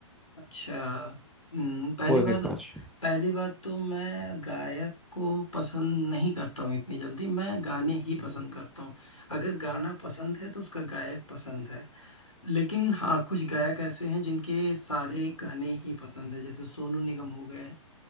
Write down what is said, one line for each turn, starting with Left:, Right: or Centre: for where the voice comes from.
Left: अच्छा हम्म पहली
Centre: कोई
Left: बार
Centre: भी पांच
Left: पहली बात तो मैं गायक को पसंद नहीं करता हूँ इतनी जल्दी मैं गाने ही पसंद करता हूँ अगर गाना पसंद है तो उसका गायक पसंद है लेकिन हाँ कुछ गायक ऐसे हैं जिनके सारे गाने ही पसंद है जैसे सोनू निगम हो गए